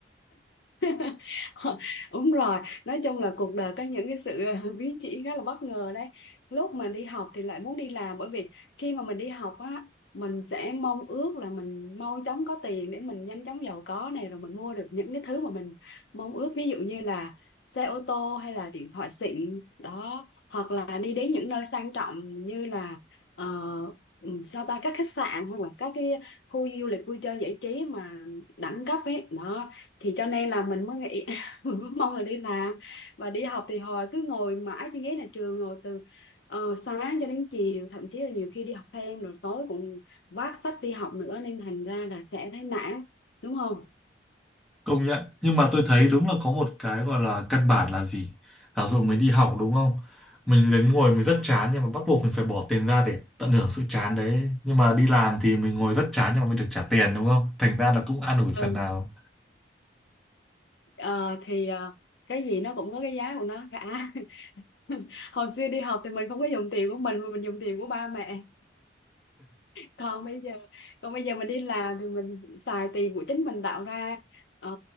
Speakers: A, on the left (about 65°); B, in the centre.
A: <laughs> đúng rồi nói chung là cuộc đời có những cái sự <laughs> biến chỉ khá là bất ngờ đấy lúc mà đi học thì lại muốn đi làm bởi vì khi mà mình đi học á mình sẽ mong ước là mình mau chóng có tiền để mình nhanh chóng giàu có này rồi mình mua được những cái thứ mà mình mong ước ví dụ như là xe ô tô hay là điện thoại xịn đó hoặc là đi đến những nơi sang trọng như là ờ, ừ, sao ta các khách sạn hoặc là các cái khu du lịch vui chơi giải trí mà đẳng cấp ấy đó thì cho nên là mình mới nghĩ <laughs> mình mới mong là đi làm và đi học thì hồi cứ ngồi mãi trên ghế nhà trường ngồi từ ờ, sáng cho đến chiều thậm chí là nhiều khi đi học thêm rồi tối cũng vác sách đi học nữa nên thành ra là sẽ thấy nản đúng không
B: Công nhận nhưng mà tôi thấy đúng là có một cái gọi là căn bản là gì giả dụ mình đi học đúng không mình đến ngồi mình rất chán nhưng mà bắt buộc mình phải bỏ tiền ra để tận hưởng sự chán đấy nhưng mà đi làm thì mình ngồi rất chán nhưng mà mình được trả tiền đúng không thành ra là cũng an ủi phần
A: ừ
B: nào
A: Ờ, thì ờ, cái gì nó cũng có cái giá của nó cả <laughs> hồi xưa đi học thì mình không có dùng tiền của mình mà mình dùng tiền của ba mẹ còn bây giờ còn bây giờ mình đi làm thì mình xài tiền của chính mình tạo ra ờ,